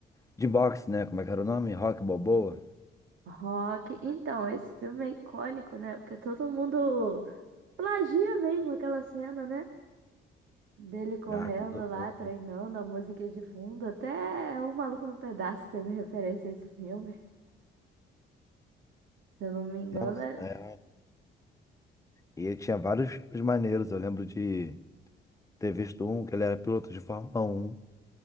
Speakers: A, on the left (about 15°); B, on the right (about 75°).
A: De boxe, né? Como é que era o nome? Rock Balboa?
B: Rock. Então, esse filme é icônico, né? Porque todo mundo plagia mesmo aquela cena, né? Dele correndo
A: Ah, todo
B: lá,
A: mundo.
B: treinando a música de fundo. Até O Maluco no Pedaço teve referência a esse filme. Se eu não me engano,
A: Não,
B: é...
A: é. E ele tinha vários filmes maneiros. Eu lembro de ter visto um que ele era piloto de Fórmula um